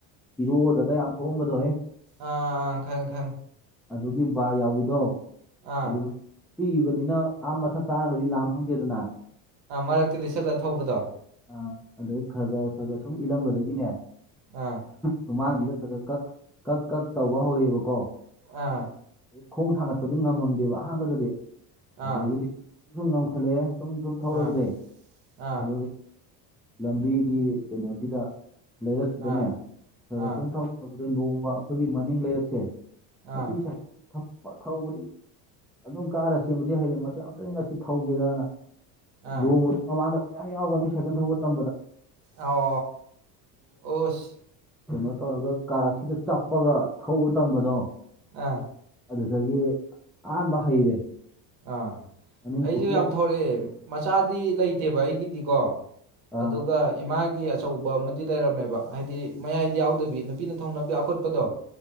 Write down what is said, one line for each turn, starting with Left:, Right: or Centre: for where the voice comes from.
Centre: ꯍꯤꯔꯣꯗꯒ ꯌꯥꯝ ꯊꯣꯛꯑꯝꯕꯗꯣꯍꯦ꯫
Right: ꯑꯥ ꯈꯪꯉꯦ ꯈꯪꯉꯦ꯫
Centre: ꯑꯗꯨꯒꯤ ꯕꯥꯔ ꯌꯥꯎꯋꯗꯣ
Right: ꯑꯥ
Centre: ꯑꯗꯨꯗꯣ ꯄꯤꯕꯅꯤꯅ ꯑꯥ ꯃꯊꯛ ꯀꯥꯔꯒꯗꯤ ꯂꯥꯝ ꯐꯪꯗꯦꯗꯅ
Right: ꯃꯔꯛꯇ ꯂꯤꯠꯁꯜꯂ ꯊꯧꯕꯗꯣ꯫
Centre: ꯑ ꯑꯩꯗꯩꯩ ꯈꯔ ꯈꯔ ꯈꯔ ꯁꯨꯝ ꯏꯜꯂꯝꯕꯗꯒꯤꯅꯦ
Right: ꯑꯥ꯫
Centre: ꯃꯃꯥꯡꯁꯤꯗ ꯈꯔ ꯈꯔ ꯀ ꯀꯛ ꯀꯛ ꯇꯧꯕ ꯍꯧꯔꯛꯑꯦꯕꯀꯣ꯫
Right: ꯑꯥ꯫
Centre: ꯈꯣꯡ ꯊꯥꯡꯒꯠꯄꯗꯤ ꯉꯝꯃꯝꯗꯦꯕ ꯑꯍꯥꯟꯕꯗꯗꯤ ꯑꯗꯨꯗꯒꯤꯗꯤ
Right: ꯑꯥ
Centre: ꯁꯨꯝ ꯁꯨꯝ ꯉꯝꯈꯠꯂꯑꯦ꯫ ꯁꯨꯝ ꯁꯨꯝ ꯊꯧꯔꯕꯗꯤ
Right: ꯑꯥ ꯑꯥ
Centre: ꯑꯗꯨ ꯂꯝꯕꯤꯒꯤ ꯀꯩꯅꯣꯁꯤꯗ ꯂꯩꯔꯛꯁꯤꯗꯅꯦ
Right: ꯑꯥ
Centre: ꯈꯊꯨꯝꯗ
Right: ꯑꯥ
Centre: ꯅꯣꯡꯃ ꯑꯩꯈꯣꯏꯒꯤ ꯃꯅꯤꯡ ꯂꯩꯔꯛꯁꯦ꯫ ꯃꯁꯤ
Right: ꯑꯥ
Centre: ꯁꯥꯏ ꯊꯕꯛ ꯊꯧꯕꯗꯤ ꯑꯗꯨꯝ ꯀꯥꯔꯁꯦꯕꯨꯗꯤ ꯍꯩꯔꯡ ꯃꯁꯤ ꯑꯝꯇꯪ ꯉꯁꯤ ꯊꯧꯒꯦꯗꯅ꯫
Right: ꯑꯥ
Centre: ꯂꯣꯡꯕꯁꯨ ꯃꯃꯥꯡꯗ ꯐꯌꯥꯝ ꯌꯥꯎꯕ꯭ꯔꯥ ꯃꯤ ꯁꯥꯏꯀꯜ ꯊꯧꯕ ꯇꯝꯕꯗ꯫
Right: ꯑꯣ ꯑꯣꯁ꯫
Centre: ꯑꯗꯨꯃꯥꯏ ꯇꯧꯔꯒ ꯀꯥꯔꯛꯁꯤꯗ ꯆꯞꯄꯒ꯫ ꯊꯧꯕ ꯇꯝꯕꯗꯣ
Right: ꯑꯥ꯫
Centre: ꯑꯗꯨꯗꯒꯤ ꯑꯍꯥꯟꯕ ꯍꯩꯔꯦ꯫
Right: ꯑꯥ
Centre: ꯃꯅꯤꯡ
Right: ꯑꯩꯁꯨ
Centre: ꯄꯨꯈꯤ
Right: ꯌꯥꯝ ꯊꯧꯔꯛꯑꯦ ꯃꯆꯥꯗꯤ ꯂꯩꯇꯦꯕ ꯑꯩꯒꯤꯗꯤꯀꯣ꯫
Centre: ꯑꯥ
Right: ꯑꯗꯨꯒ ꯏꯃꯥꯒꯤ ꯑꯆꯧꯕ ꯑꯃꯗꯤ ꯂꯩꯔꯝꯃꯦꯕ ꯍꯥꯏꯗꯤ ꯃꯌꯥꯏꯗꯤ ꯌꯥꯎꯗꯕꯤ ꯅꯨ ꯄꯤꯅ ꯊꯧꯅꯕ ꯑꯀꯨꯠꯄꯗꯣ꯫